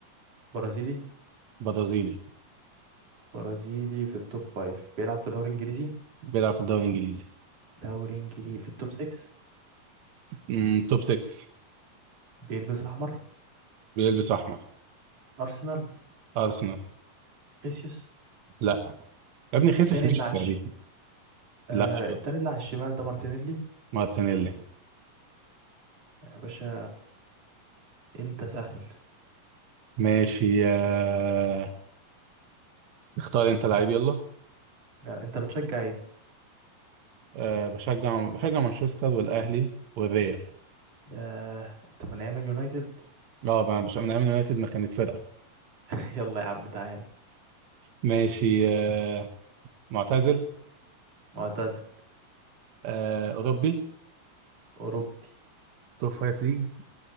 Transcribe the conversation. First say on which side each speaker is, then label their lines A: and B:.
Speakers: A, on the right; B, on the right.
A: برازيلي
B: برازيلي
A: برازيلي في التوب فايف بيلعب في دوري انجليزي
B: بيلعب في الدوري الانجليزي
A: دوري انجليزي في التوب 6
B: مم، توب 6
A: بيلبس احمر
B: بيلبس احمر
A: ارسنال
B: ارسنال
A: خيسيوس
B: لا يا ابني خيسوس
A: التاني
B: مشي
A: اللي على
B: تقريبا
A: الش... آه
B: لا برضه
A: التاني اللي على الشمال ده مارتينيلي
B: مارتينيلي
A: يا باشا انت سهل
B: ماشي آه، اختار انت لعيب يلا
A: آه انت بتشجع ايه
B: آه، بشجع بشجع مانشستر والاهلي والريال
A: آه انت من ايام اليونايتد
B: اه ما- مش من ايام اليونايتد ما كانت فرقه
A: <laughs> يلا يا عم تعالى
B: ماشي آه، معتزل
A: معتزل
B: آه، اوروبي
A: اوروبي
B: توب فايف ليجز